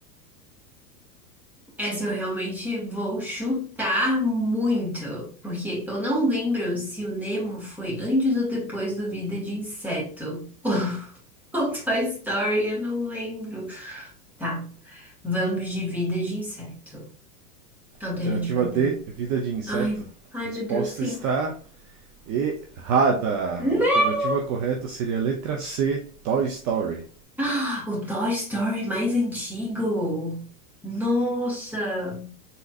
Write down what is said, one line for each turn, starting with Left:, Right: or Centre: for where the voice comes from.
Centre: Essa eu realmente vou chutar muito, porque eu não lembro se o Nemo foi antes ou depois do Vida de Inseto. <laughs> <laughs> Com Toy Story, eu não lembro. Tá. Vamos de vida de inseto. Alternativa
Right: Alternativa
Centre: D.
Right: D: Vida de Inseto.
Centre: Ai, ai,
Right: Resposta
Centre: meu Deus, sim.
Right: está Errada! A
Centre: Né?
Right: alternativa
Centre: <gasps>
Right: correta seria a letra C, Toy Story.
Centre: Ah, o Toy Story mais antigo. Nossa.